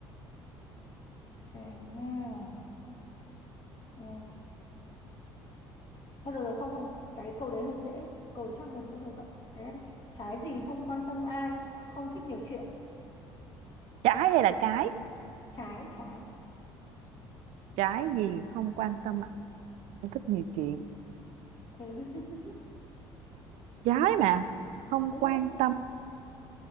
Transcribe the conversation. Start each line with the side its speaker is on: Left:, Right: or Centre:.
Left: xem nhá Ờ, thôi được rồi không không cái câu đấy hơi dễ câu đấy chắc hơi dễ rồi cậu cái này trái gì không quan tâm ai không thích nhiều chuyện
Right: trái hay là cái
Left: trái trái
Right: trái gì không quan tâm không thích nhiều chuyện
Left: ừ, <laughs>
Right: trái mà không
Left: ừ.
Right: quan tâm